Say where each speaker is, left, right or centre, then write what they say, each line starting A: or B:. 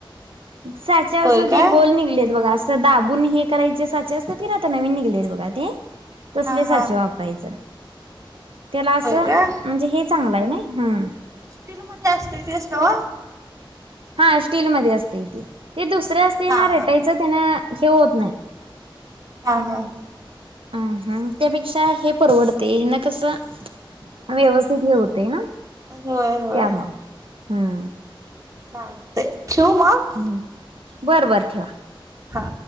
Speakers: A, on the right; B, on the right.
A: साच्या
B: होय काय
A: ते गोल निघलेत बघां असं दाबून हे करायचे साचे असतात की नाही आता नवीन निघलेत बघा ते तसले
B: हा हा
A: साचे वा करायच, त्याला
B: होय
A: असं
B: काय
A: म्हणजे हे चांगलं आहे ना हम
B: स्टील मध्ये असते तेस नव?
A: हा स्टीलमध्ये असत इथे ते दुसरं असते
B: हा
A: ना रेटायचं
B: हा
A: त्यांना हे होत नाही.
B: हा, हा,
A: आ ह, त्यापेक्षा हे परवडते ह्यान कसं व्यवस्थित हे होते ना.
B: होय होय
A: त्यामुळे, हम
B: चालतंय, ठेवू मग?
A: हम्, बर बर ठेवा.
B: हा.